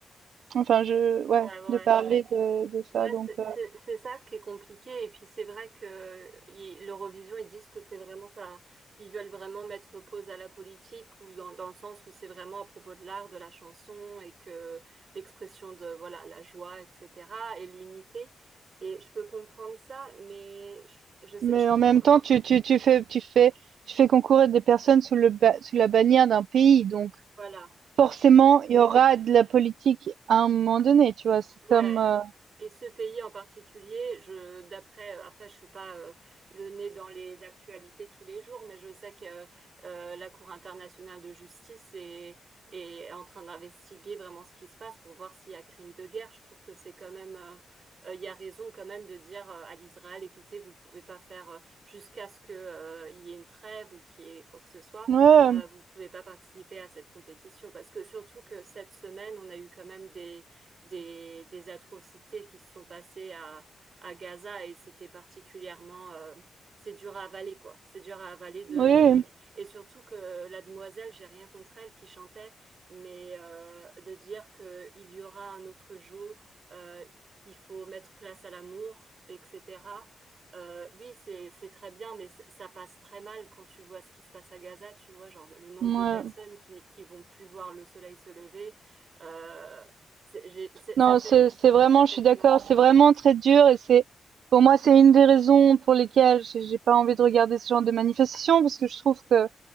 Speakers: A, on the right; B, on the right.
A: enfin je, ouais,
B: Ouais, ouais. Ouais,
A: de parler de, de ça.
B: Ouais,
A: Donc,
B: c'est
A: euh.
B: c'est- c'est ça qui est compliqué. Et puis c'est vrai que il- l'Eurovision, ils disent que c'est vraiment ça. hein. Ils veulent vraiment mettre pause à la politique ou dans, dans le sens où c'est vraiment à propos de l'art, de la chanson et que l'expression de voilà la joie, etc. et l'unité. Et je peux comprendre ça, mais je, je sais,
A: mais
B: je trouve
A: en même
B: que quand
A: temps, tu tu tu fais tu fais tu fais concourir des personnes sous le ba- sous la bannière d'un pays, donc
B: voilà.
A: forcément, il y aura de la politique à un moment donné, tu vois. C'est
B: Ouais.
A: comme, euh,
B: Et ce pays en particulier, je d'après euh, après je suis pas euh, le nez dans les actualités tous les jours, mais je sais que euh, euh, la Cour internationale de justice est est en train d'investiguer vraiment ce qui se passe pour voir s'il y a crime de guerre. Je trouve que c'est quand même euh, euh, il y a raison quand même de dire euh, à l'Israël, écoutez, vous pouvez pas faire euh, jusqu'à ce que euh, il y ait une trêve ou qu'il y ait quoi que ce soit,
A: Ouais,
B: euh, vous pouvez pas participer à cette compétition parce que surtout que cette semaine, on a eu quand même des des, des atrocités qui se sont passées à, à Gaza et c'était particulièrement, euh, c'est dur à avaler quoi, c'est dur à avaler de,
A: oui,
B: de
A: oui.
B: et surtout que la demoiselle, j'ai rien contre elle qui chantait, mais euh, de dire que il y aura un autre jour, euh, il faut mettre place à l'amour, etc. Euh, oui, c'est c'est très bien, mais c- ça passe très mal quand tu vois ce qui se passe à Gaza. Tu vois, genre le nombre
A: ouais.
B: de personnes qui qui vont plus voir le soleil se lever, euh, c'est- j'ai- c'est-
A: Non,
B: ça fait,
A: c'est c'est vraiment,
B: ça fait
A: je suis
B: du
A: d'accord,
B: mal.
A: c'est vraiment très dur et c'est pour moi c'est une des raisons pour lesquelles j'ai j'ai pas envie de regarder ce genre de manifestation parce que je trouve que